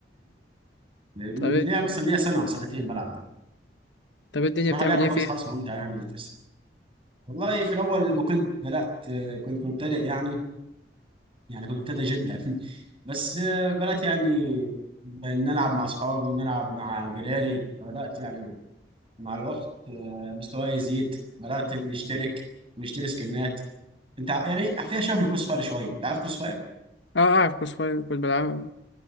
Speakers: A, on the right; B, on the left.
A: ليها
B: طب إيه-
A: مثلا ليها سنه وسنتين بلعب
B: طب إيه الدنيا
A: صراحه
B: بتعمل
A: لعبه
B: ايه
A: كويسه
B: فيها
A: خالص ممتعه يعني بس والله في الاول لما كنت بدات آه، كنت مبتدئ يعني يعني كنت مبتدئ جدا <laughs> بس آه، بدات يعني نلعب مع اصحابي ونلعب مع جيراني فبدات يعني مع الوقت آه، مستواي يزيد بدات نشترك نشتري سكنات انت ع- يعني فيها شبه من كروس فاير شويه انت عارف كروس
B: اه اعرف كويس كويس كنت بلعب